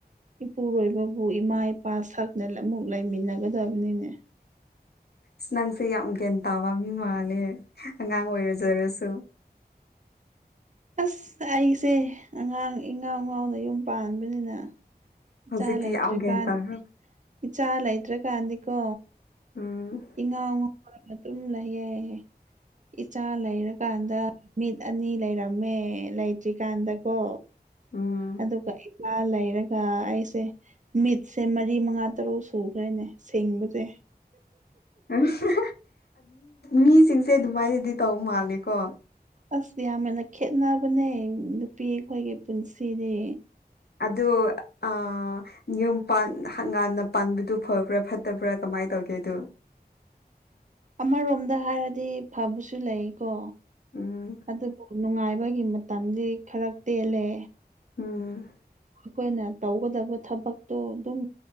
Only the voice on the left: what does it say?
ꯑ ꯅꯪꯁꯦ ꯌꯥꯝ ꯒ꯭ꯌꯥꯟ ꯇꯥꯕ ꯃꯤ ꯃꯥꯜꯂꯦ ꯑꯉꯥꯡ ꯑꯣꯏꯔꯖꯔꯁꯨ
ꯍꯧꯖꯤꯛꯇꯤ
ꯌꯥꯝ ꯒ꯭ꯌꯥꯟ
ꯇꯥꯈ꯭ꯔ
ꯎꯝ
ꯎꯝ
<unintelligible> ꯃꯤꯁꯤꯡꯁꯦ ꯑꯗꯨꯃꯥꯏꯅꯗꯤ ꯇꯧ ꯃꯥꯜꯂꯦꯀꯣ
ꯑꯣ ꯅꯤꯌꯣꯝꯥꯟ ꯍꯪꯒꯥꯥꯟꯅ ꯄꯥꯟꯕꯗꯨ ꯐꯕ꯭ꯔꯥ ꯐꯠꯇꯕ꯭ꯔꯥ ꯀꯃꯥꯏꯅ ꯇꯣ ꯀꯦ ꯇꯨ
ꯎꯝ
ꯎꯝ